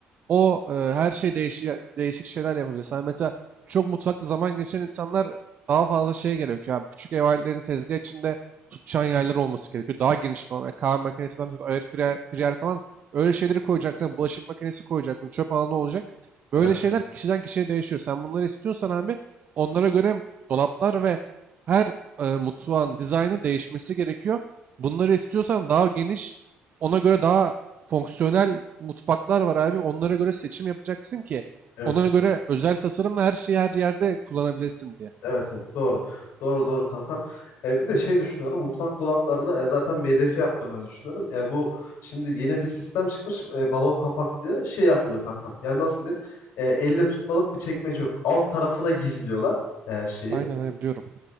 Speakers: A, on the right; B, on the left.
A: o e, her şey değişik, değişik şeyler yapabilir. Sen mesela çok mutfakta zaman geçiren insanlar daha fazla şey gerekiyor abi. Küçük ev aletlerini tezgah içinde tutacağın yerler olması gerekiyor. Daha geniş bir alan. Yani Kahve makinesinden tut, air fryer, fryer falan öyle şeyleri koyacaksın. Yani Bulaşık makinesi koyacaksın. Çöp alanı olacak. Böyle
B: Evet,
A: şeyler kişiden kişiye değişiyor. Sen bunları istiyorsan abi onlara göre dolaplar ve her e, mutfağın dizaynı değişmesi gerekiyor. Bunları istiyorsan daha geniş, ona göre daha fonksiyonel mutfaklar var abi. Onlara göre seçim yapacaksın ki
B: evet.
A: ona göre özel tasarımla her şeyi her yerde kullanabilesin diye.
B: Evet, evet. Doğru. Doğru, doğru kankam. E, bir de şey düşünüyorum. Mutfak dolaplarına e, zaten MDF yaptırmayı düşünüyorum. E, bu şimdi yeni bir sistem çıkmış. e, balon kapak diye şey yapılıyor kankam. Yani nasıl diyeyim? E, elle tutmalık bir çekmece yok. Alt tarafına gizliyorlar e, şeyi.
A: Aynen aynen biliyorum.